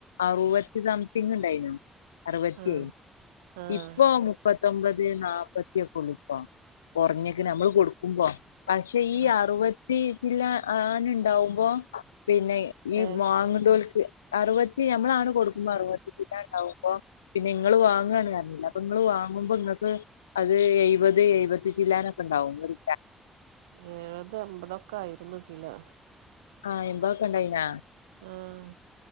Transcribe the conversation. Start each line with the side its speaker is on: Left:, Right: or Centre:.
Left: അറുവത്തി സംതിങ് ഉണ്ടായിരുന്നു. അറുവത്തിഇപ്പൊ
Right: ആഹ് ആഹ്
Left: മു പ്പത്തൊമ്പത് നാപ്പത്തിയൊക്ക ഉള്ളൂ പ്പൊ കുറഞ്ക്ക്ണ് നമ്മള് കൊടുക്കുമ്പോ പക്ഷെ ഈ
Right: ആഹ്
Left: അറുപത്തി ചില്ലാ ആന് ണ്ടാകുമ്പോ പിന്നെ
Right: തേ
Left: ഈ വാങ്ങ്ഡോല്ക്ക് അറുപത്തി ഞമ്മളണട്ട് കൊടുക്കുമ്പോ അറുപത്തി ചില്ലാനണ്ടാവുമ്പോ കട്ടണ്ടാവുമ്പോ പിന്നെ ങ്ങൾ വാങ്ങാണ് അറിഞ്ഞില്ലേ അപ്പൊ ങ്ങ വാങ്ങുമ്പോ ങ്ങക്ക് അത് എയ് പത് എഴുപത്തി ച്ചില്ലാനൊക്കെ ഉണ്ടാവും ഒര്
Right: ഏഴപത് എമ്പതൊക്കെ ആയിരുന്നു കിലോ
Left: ആഹ എമ്പയൊക്കെ ഉണ്ടായിനാ
Right: ആഹ്